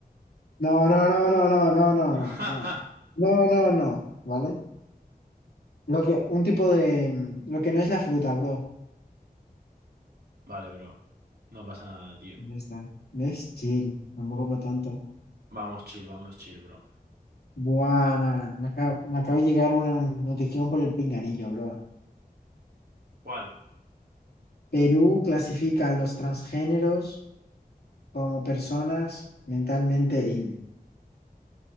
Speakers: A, on the left; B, on the right.
A: No, no, no, no, no, no, no,
B: <laughs>
A: no, no, no, no, no, ¿vale? Lo que, un tipo de, mm, lo que no es la fruta, bro.
B: Vale, bro. No pasa nada, tío.
A: Ya está. Es chill, tampoco para tanto.
B: Vamos chill, vamos chill, bro.
A: Buah, ma- me acabo, me acaba de llegar una notificación por el pinganillo, bro.
B: ¿Cuál?
A: Perú clasifica a los transgéneros como personas mentalmente ill.